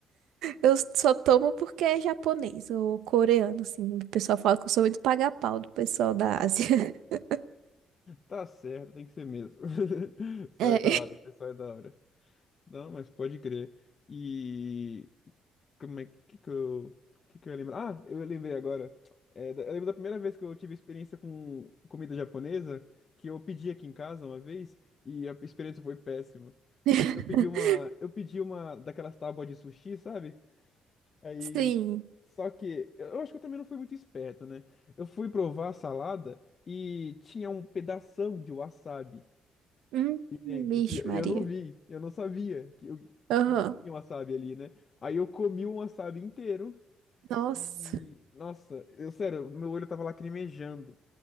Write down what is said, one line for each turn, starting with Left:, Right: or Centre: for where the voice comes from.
Right: Eu só tomo porque é japonês ou coreano, assim. O pessoal fala que eu sou muito paga-pau do pessoal da Ásia. <laughs>
Left: Tá certo, tem que ser mesmo. <laughs> Só
Right: É.
Left: é da hora, pessoal é da hora. Não, mas pode crer. E como é que, que eu que, que eu ia lembrar? Ah, eu lembrei agora. É, da- eu lembro da primeira vez que eu tive experiência com comida japonesa, que eu pedi aqui em casa uma vez e a experiência foi péssima.
Right: <laughs>
Left: Foi- Eu pedi uma, eu pedi uma daquelas tábuas de sushi, sabe? Aí
Right: Sim.
Left: só que eu eu acho que eu também não fui muito esperto, né? Eu fui provar a salada e tinha um pedação de wasabi
Right: Hum,
Left: dentro.
Right: vixe,
Left: E eu, eu
Right: Maria.
Left: não vi, eu não sabia que, o- que
Right: Aham.
Left: tinha um wasabi ali, né? Aí eu comi um wasabi inteiro
Right: Nossa.
Left: e, nossa, eu sério, meu olho tava lacrimejando